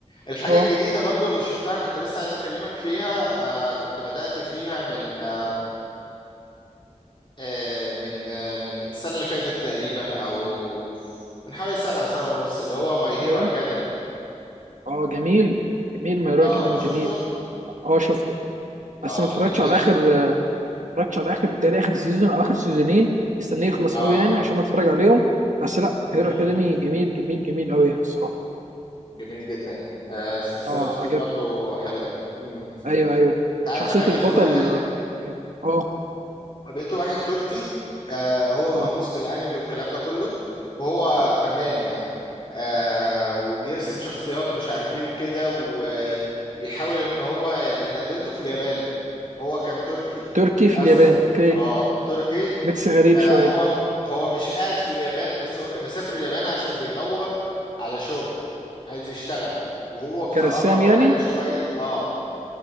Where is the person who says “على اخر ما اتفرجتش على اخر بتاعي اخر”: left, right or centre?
Right